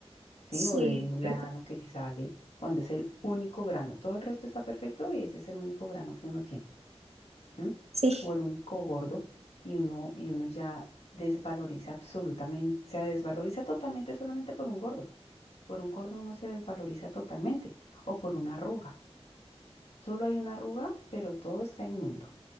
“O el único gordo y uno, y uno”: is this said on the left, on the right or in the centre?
Left